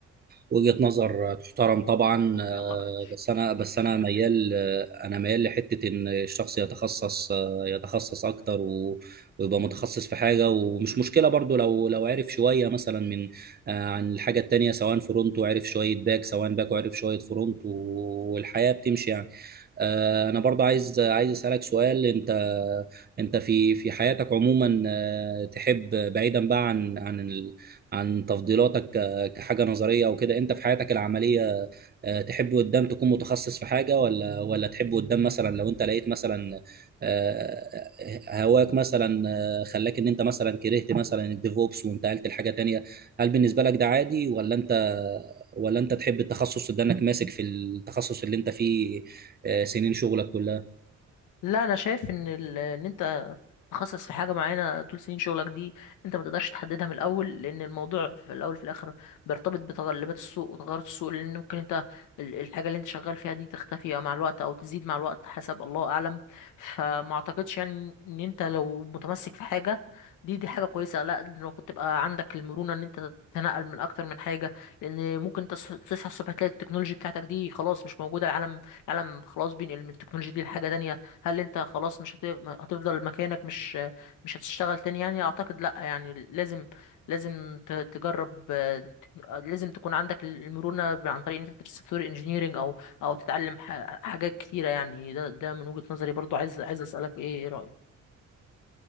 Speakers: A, on the right; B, on the left.
A: وجهة نظر تحترم طبعا
B: أه،
A: آه،
B: يلا بقى ماشي.
A: بس انا بس انا ميال آه، انا ميال لحتة ان الشخص يتخصص آه، يتخصص اكتر و- ويبقى متخصص في حاجة ومش مشكلة برضو لو لو عرف شوية مثلا من آه، عن الحاجة التانية سواء فرونت وعرف شوية باك سواء باك وعرف شوية فرونت و- والحياة بتمشي يعني آه، انا برضو عايز عايز اسالك سؤال انت انت في في حياتك عموما آه، تحب بعيدا بقى عن عن ال- عن تفضيلاتك آه، كحاجه نظريه او كده انت في حياتك العمليه آه، تحب قدام تكون متخصص في حاجه ولا ولا تحب قدام مثلا لو انت لقيت مثلا آه، هواك مثلا آه، خلاك ان انت مثلا كرهت مثلا الديفوبس وانتقلت لحاجه تانية هل بالنسبه لك ده عادي ولا انت ولا انت تحب التخصص ده انك ماسك في التخصص اللي انت فيه آه، سنين شغلك كلها
B: لا انا شايف ان ال... ان انت تخصص في حاجة معينة طول سنين شغلك دي انت ما تقدرش تحددها من الأول لأن الموضوع في الأول في الآخر بيرتبط بتغلبات السوق وتغيرات السوق لأن ممكن انت ال- الحاجة اللي انت شغال فيها دي تختفي مع الوقت أو تزيد مع الوقت حسب الله أعلم فما أعتقدش يعني إن انت لو متمسك في حاجة دي دي حاجة كويسة لا انت المفروض تبقى عندك المرونة إن انت تتنقل من أكتر من حاجة لأن ممكن انت تص- تصحى الصبح تلاقي التكنولوجي بتاعتك دي خلاص مش موجودة العالم العالم خلاص بينقل من التكنولوجيا دي لحاجة تانية هل انت خلاص مش هت- هتفضل مكانك مش مش هتشتغل تاني يعني اعتقد لا يعني لازم لازم ت- تجرب آه، تك- آه، لازم تكون عندك المرونة ب- عن طريق ان انت تدرس سوفت وير انجينيرنج او او تتعلم ح- حاجات كتيرة يعني ده ده من وجهة نظري برضو عايز عايز اسألك ايه ايه رأيك